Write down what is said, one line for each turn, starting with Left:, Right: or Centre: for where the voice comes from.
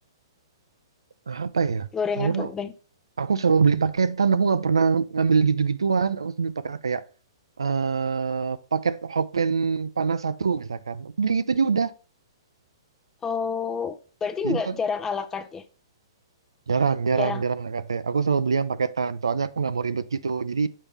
Right: Nah, apa ya?
Left: gorengan
Right: Aku
Left: Hokben
Right: aku selalu beli paketan. Aku nggak pernah ngambil gitu-gituan. Aku selalu beli paketan kayak eh paket Hokben panas satu misalkan beli itu aja udah
Left: oh berarti
Right: jadi
Left: nggak
Right: aku
Left: jarang ala carte ya
Right: jarang jarang
Left: jarang
Right: jarang lah katanya aku selalu beli yang paketan soalnya aku nggak mau ribet gitu jadi